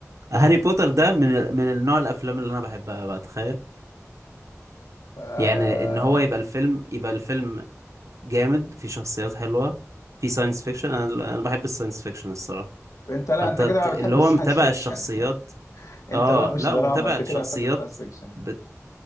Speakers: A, on the right; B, on the left.
A: هاري بوتر ده من ال- من النوع الافلام اللي انا بحبها بقى تخيل
B: آه...
A: يعني ان هو يبقى الفيلم يبقى الفيلم جامد في شخصيات حلوه في ساينس فيكشن انا انا بحب الساينس فيكشن الصراحه
B: أنت لا
A: فانت
B: أنت كده
A: ت-
B: بقى
A: اللي
B: بتحب
A: هو
B: الساينس
A: متابع
B: فيكشن
A: الشخصيات
B: <laughs> أنت
A: اه
B: بقى مش
A: لا
B: دراما
A: ومتابع
B: أنت
A: الشخصيات
B: كده بتحب الساينس فيكشن
A: بت...